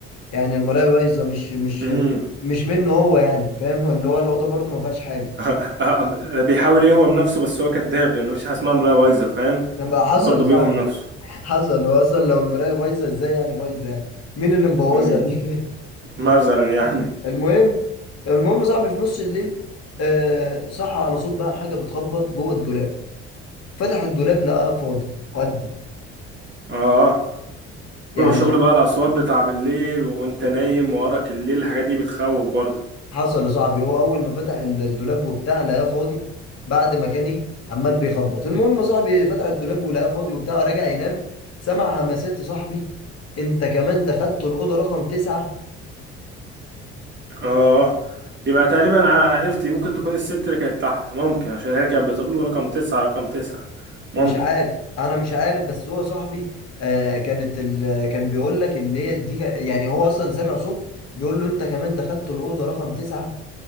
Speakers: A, on the left; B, on the right.
A: يعني المراية بايظة مش مش
B: امم
A: مش منه هو يعني فاهم <laughs> اللي هو الأوضة برضو ما فيهاش حاجة
B: <laughs> بيحاول يهوم نفسه بس هو كذاب لانه مفيش حاجه اسمها مرايه بايظه فاهم
A: بقى حصل
B: هو برضه
A: يا صاحبي
B: بيهوم نفسه
A: حصل هو اصلا لو المراية بايظة ازاي يعني بايظة يعني مين اللي مبوظها
B: امم
A: دي
B: مثلا يعني
A: المهم المهم يا صاحبي في نص الليل آه صح على صوت بقى حاجه بتخبط جوه الدولاب فتح الدولاب لقاه فاضي ودي
B: اه
A: يعني
B: شغل بقى الاصوات بتاع بالليل وانت نايم وراك الليل الحاجات دي بتخوف برضه
A: حصل يا صاحبي هو اول ما فتح الدولاب وبتاع لقاه فاضي بعد ما كان ايه عمال بيخبط المهم يا صاحبي فتح الدولاب ولقاه فاضي وبتاع رجع ينام سمع همسات يا صاحبي انت كمان دخلت الاوضه رقم تسعة
B: اه يبقى تقريبا انا عرفت ممكن تكون الست اللي كانت تحت ممكن عشان هي كانت بتقول له رقم تسعة رقم تسعة ممكن
A: مش عارف انا مش عارف بس هو صاحبي آه كانت ال... كان بيقول لك اللي هي دي ك... يعني هو اصلا سامع صوت بيقول له انت كمان دخلت الاوضه رقم تسعة